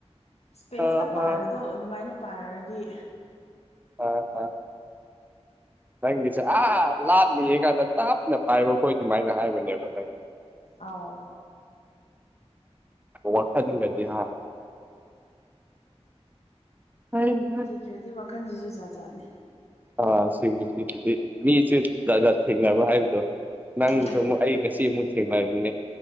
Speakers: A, on the left; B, on the right.
A: ꯁ꯭ꯄꯦꯁꯇ
B: ꯑꯥ
A: ꯄꯥꯏꯕꯗꯣ ꯑꯗꯨꯃꯥꯏꯅ ꯄꯥꯏꯔꯗꯤ
B: <unintelligible> ꯅꯪꯒꯤꯁꯦ ꯑꯥ ꯂꯥꯞꯅ ꯌꯦꯡꯒꯥꯟꯗ ꯇꯞꯅ ꯄꯥꯏꯕꯈꯣꯏ ꯑꯗꯨꯃꯥꯏꯅ ꯍꯥꯏꯕꯅꯦꯕ ꯅꯪꯒꯤꯁꯦ
A: ꯑꯥꯎ
B: ꯋꯥꯈꯟꯒꯗꯤ ꯍꯥ <unintelligible>
A: ꯔ‌ꯦꯗꯤ ꯋꯥꯈꯜꯁꯤꯁꯨ ꯖꯥꯠꯖꯥꯠꯅꯤ
B: ꯑꯥ ꯁꯤꯁ ꯁꯤꯁꯤꯗꯤ ꯃꯤꯁꯦ ꯖꯥꯠ ꯖꯥꯠꯊꯦꯡꯅꯕ ꯍꯥꯏꯕꯗꯣ ꯅꯪꯁꯨ
A: ꯎꯝ
B: ꯑꯃꯨꯛ ꯑꯩ ꯉꯁꯤ ꯑꯃꯨꯛ ꯊꯦꯡꯅꯃꯤꯅꯦ